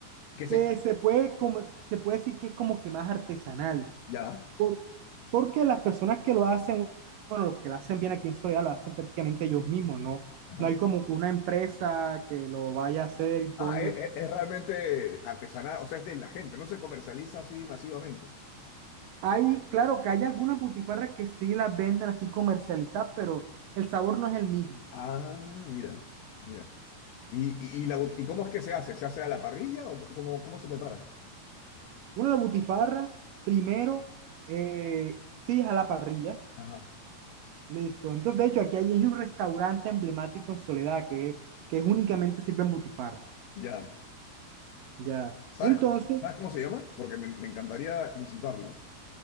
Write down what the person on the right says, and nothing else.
Que se puede, come- se puede decir que es como que más artesanal.
por- porque las personas que lo hacen, bueno, los que lo hacen bien aquí en Soledad, lo hacen prácticamente ellos mismos, ¿no?
No hay como que una empresa que lo vaya a hacer y todo
Hay, claro que hay algunas butifarras que sí las venden así comercializadas, pero el sabor no es el mismo.
Una la butifarra, primero, eh, sí es a la parrilla,
listo. Entonces, de hecho, aquí hay, hay un restaurante emblemático en Soledad que, es que es únicamente sirven butifarra,
ya.
Entonces,